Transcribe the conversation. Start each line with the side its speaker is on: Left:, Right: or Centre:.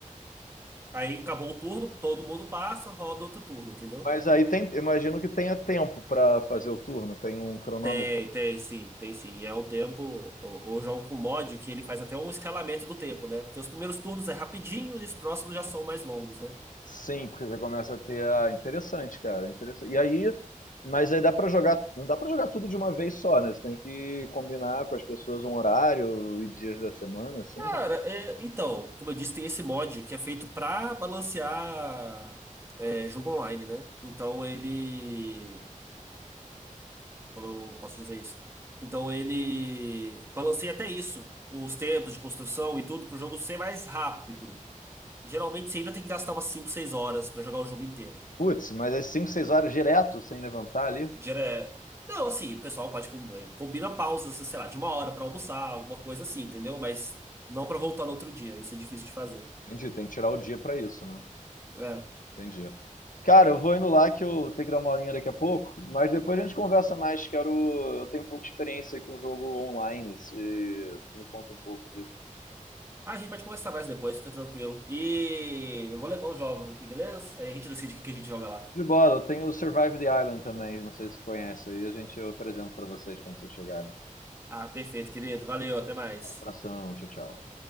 Right: aí acabou o turno, todo mundo passa, roda outro turno, entendeu?
Left: Mas aí tem, imagino que tenha tempo pra fazer o turno, tem um cronômetro.
Right: Tem, tem sim, tem sim. E é um tempo. Eu, eu jogo com mod que ele faz até um escalamento do tempo, né? Porque os primeiros turnos é rapidinho e os próximos já são mais longos, né?
Left: Sim, porque você começa a ter a interessante, cara, interessante. E aí, mas aí dá pra jogar, não dá pra jogar tudo de uma vez só, né? Você tem que combinar com as pessoas um horário e dias da semana, assim.
Right: Cara,
Left: como-
Right: é, então, como eu disse, tem esse mod que é feito pra balancear é, jogo online, né? Então ele. Como eu posso dizer isso? Então ele balanceia até isso, os tempos de construção e tudo, pro jogo ser mais rápido. Geralmente você ainda tem que gastar umas 5 6 horas pra jogar o jogo inteiro.
Left: Putz, mas é 5 6 horas direto sem levantar ali.
Right: Dire- Não, assim, o pessoal pode com- eh, combina pausas, sei lá, de uma hora pra almoçar, alguma coisa assim, entendeu? Mas não pra voltar no outro dia, isso é difícil de fazer.
Left: Entendi, tem que tirar o dia pra isso, né?
Right: É.
Left: Entendi. Cara, eu vou indo lá que eu tenho que dar uma aulinha daqui a pouco, mas depois a gente conversa mais. Quero, eu tenho pouca experiência com jogo online, se tu me conta um pouco disso.
Right: Ah, a gente pode conversar mais depois, fica tranquilo. E eu vou levar os jogos aqui, beleza? Aí a gente decide o que que a gente joga lá.
Left: De bola, eu tenho o Survive the Island também, não sei se você conhece aí, a gente eu apresento pra vocês quando vocês chegarem.
Right: Ah, perfeito, querido. Valeu, até mais.
Left: Abração, tchau, tchau.